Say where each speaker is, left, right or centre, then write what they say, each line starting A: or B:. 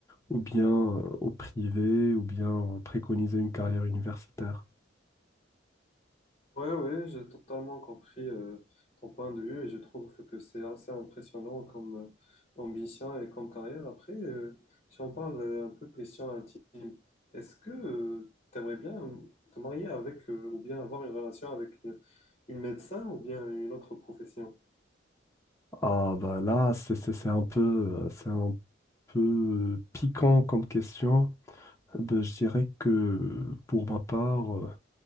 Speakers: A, on the left (about 15°); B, on the left (about 35°).
A: ou bien euh, au privé, ou bien euh, préconiser une carrière universitaire.
B: Ouais, ouais, j'ai totalement compris euh, ton point de vue et je trouve que c'est assez impressionnant comme euh, ambition et comme carrière. Après, euh, si on parle euh, un peu question intime, est-ce que tu aimerais bien euh, te marier avec euh, ou bien avoir une relation avec une, une médecin ou bien une autre profession?
A: Ah bah là, c'est c'est- c'est un peu, euh, c'est un peu euh, piquant comme question. Ben, je dirais que pour ma part, euh,